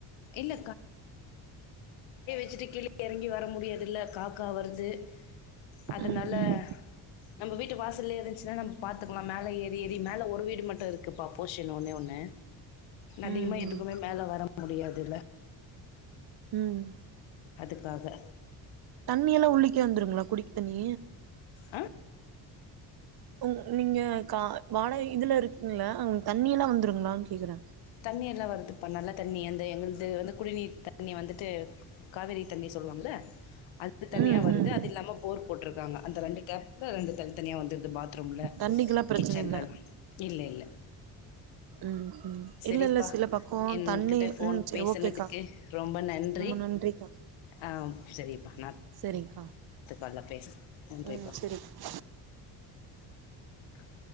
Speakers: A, on the left; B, on the right.
A: இல்ல தூக்கிட்டு கீழ இறங்கி வர முடியாதுல்ல காக்கா வரு து அதனால
B: ம் ம்
A: நம்ம வீட்டு வாசல்லயே இருந்துச்சுன்னா நம்ம பாத்துக்கலாம் மேல ஏறி ஏறி மேல ஒரு வீடு மட்டும் இருக்கு பா போர்ஷன் ஒன்னே ஒண்ணு அதிகமா
B: ம்
A: எதுக்குமே
B: ம்
A: மேல வர முடியாது
B: ம்
A: அதுக்காக
B: தண்ணி எல்லா உள்ளிக்கே வந்துருங்களா குடிக்கு தண்ணி
A: ஆ
B: உ உண்மையாதாக்கா வாடகை இதுல இருக்கீங்களா அவங்க தண்ணி எல்லாம் வந்துருங்களான்னு கேக்குற
A: தண்ணி எல்லா வருதுப் பா நல்ல தண்ணி அந்த எங்கது வந்து குடிநீர் தண்ணி வந்துட்டு காவேரி தண்ணி சொல்லுவாங்க அது அது தனியா
B: ம்
A: வருது
B: ம்
A: அது இல்லாம போர் போட்டிருக்காங்க அந்த ரெண்டு கப் ரெண்டு தள்ளி தனியா வந்துடுது பாத்ரூம்ல
B: தண்ணிக்கெல்லா பிரச்சன
A: கிச்சன்லலா
B: இல்ல
A: இல்ல இல்ல
B: ம் ம்
A: சரிப்பா
B: இல்ல இல்ல சில பக்கோ
A: என்கிட்ட
B: தண்ணி
A: போன்
B: ம் சரி
A: பேசனதுக்கு
B: ஓகேக்கா
A: ரொம்ப நன்றி
B: ரொம்ப நன்றிக்கா
A: ஆ சரிப்பா நா அடுத்த
B: சரிங்க்கா
A: கால் ல பேச நன்றிப்பா
B: ம் சரிக்கா
A: <inaudible>